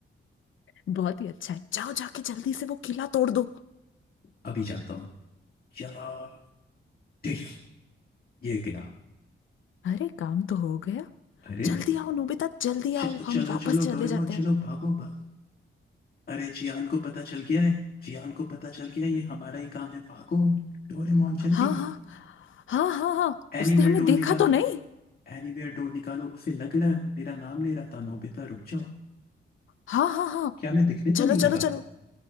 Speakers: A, on the left; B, on the left.
A: बहुत ही अच्छा है जाओ जाके जल्दी से वो किला तोड़ दो
B: अभी जाता हूँ यार देख, ये गया
A: अरे काम तो हो गया
B: अरे
A: जल्दी आओ नोबिता जल्दी
B: चलो
A: आओ हम
B: चलो
A: वापस
B: चलो
A: चले
B: डोरेमोन
A: जाते
B: चलो
A: हैं
B: भागो भागो अरे जियान को पता चल गया है जियान को पता चल गया है, ये हमारा ही काम है भागो डोरेमोन
A: हाँ
B: जल्दी
A: हाँ हाँ हाँ हाँ
B: एनीवेयर
A: उसने हमें
B: डोल
A: देखा
B: निकालो
A: तो नहीं
B: एनीवेयर डोल निकालो उसे लग रहा है वो मेरा नाम ले रहा था नोबिता रुक जाओ
A: हाँ हाँ हाँ
B: क्या मैं दिखने
A: चलो
B: तो नहीं
A: चलो
B: लगा
A: चलो